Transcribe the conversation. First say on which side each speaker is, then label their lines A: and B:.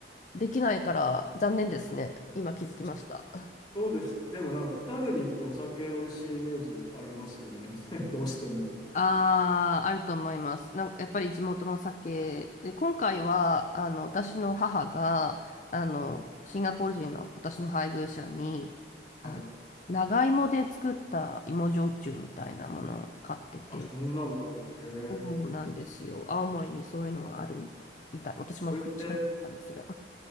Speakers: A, on the left (about 40°); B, on the left (about 25°).
A: できないから残念ですね。今気づきました。
B: そうそうですよ。でもなんか、北国行ってお酒美味しいイメージありますよね。<laughs> どうしても。
A: ああ、あると思います。なんかやっぱり地元の酒で、今回はあの私の母があのシンガポール人の私の配偶者にあ長芋で作った芋焼酎みたいなものを買ってて。
B: はい。はい。あ、そんなのある。
A: そうなんですよ。
B: へえ。
A: 青森にそういうのがあるみたい。みたい私もこっちからだったんですが。
B: それって、